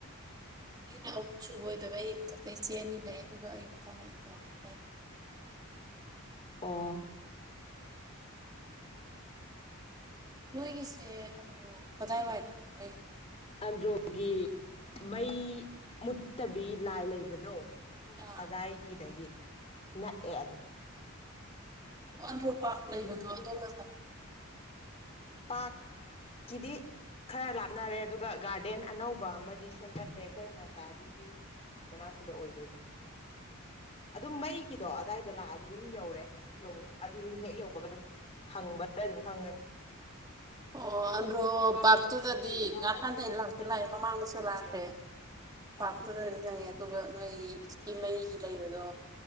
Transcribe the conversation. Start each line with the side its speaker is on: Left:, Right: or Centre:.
Right: ꯑꯩꯅ ꯑꯍꯨꯝ ꯁꯨꯕ ꯑꯣꯏꯗꯣꯏꯕ ꯑꯩ ꯃꯊꯛꯇ ꯏꯆꯦ ꯑꯅꯤ ꯂꯩ ꯑꯗꯨꯒ ꯑꯩ ꯃꯈꯥꯗ ꯏꯄ꯭ꯋꯥ ꯑꯃ ꯂꯩ
Left: ꯑꯣ
Right: ꯅꯣꯏꯒꯤꯁꯦ ꯑꯟꯗ꯭ꯔꯣ ꯀꯗꯥꯏꯋꯥꯏꯗꯅꯣ ꯅꯣꯏꯒꯤ
Left: ꯑꯟꯗ꯭ꯔꯣꯒꯤ ꯃꯩ ꯃꯨꯠꯇꯕꯤ ꯂꯥꯏ ꯂꯩꯕꯗꯣ
Right: ꯑꯥ
Left: ꯀꯗꯥꯏꯒꯤꯗꯒꯤ ꯅꯛꯑꯦ ꯑꯗꯨꯝ ꯑꯣ ꯑ
Right: ꯑꯟꯗ꯭ꯔꯣ
Left: ꯄꯥꯛ
Right: ꯄꯥꯔꯛ
Left: ꯂꯩ
Right: ꯂꯩꯕꯗꯣ
Left: ꯑꯗꯨ ꯑꯗꯨ
Right: ꯑꯗꯣꯝ ꯅꯥꯀꯟ
Left: ꯄꯥꯔꯛꯀꯤꯗꯤ ꯈꯔ ꯂꯥꯞꯅꯔꯦ ꯑꯗꯨꯒ ꯒꯥꯔꯗꯦꯟ ꯑꯅꯧꯕ ꯑꯃꯗꯤ ꯁꯦꯝꯒꯠꯂꯦ ꯑꯩꯈꯣꯏ ꯃꯅꯥꯛꯇ ꯑꯗꯨꯒꯤ ꯃꯅꯥꯛꯇꯨꯗ ꯑꯣꯏꯗꯣꯏꯕ ꯑꯗꯨꯝ ꯃꯩꯒꯤꯗꯣ ꯑꯗꯨꯗꯥꯏꯗ ꯂꯥꯛꯑꯗꯤ ꯑꯗꯨꯝ ꯌꯧꯔꯦ ꯑꯗꯨ ꯑꯗꯨ ꯍꯦꯛ ꯌꯧꯕꯒ ꯑꯗꯨꯝ ꯍꯪꯕꯗ ꯑꯗꯨꯝ ꯐꯪꯒꯅꯤ
Right: ꯑꯣ
Left: ꯑꯣꯇꯨꯗꯤ
Right: ꯑꯟꯗ꯭ꯔꯣ ꯄꯥꯔꯛꯇꯨꯗꯗꯤ
Left: ꯃꯃꯥꯡꯁꯨꯇ꯭ꯔꯦꯇꯉꯦ
Right: ꯉꯍꯥꯟꯗꯩ ꯂꯥꯛꯇꯤ ꯂꯥꯛꯑꯦ ꯃꯃꯥꯡꯗꯁꯨ ꯂꯥꯛꯈ꯭ꯔꯦ ꯄꯥꯔꯛꯇꯨꯗꯗꯤ
Left: ꯑꯗꯨꯒ
Right: ꯆꯪꯉꯦ ꯑꯗꯨꯒ
Left: ꯅꯣꯏꯒꯤꯩꯒꯤ
Right: ꯅꯣꯏ ꯍꯧꯖꯤꯛꯀꯤ ꯃꯩꯒꯤ ꯂꯩꯕꯗꯣ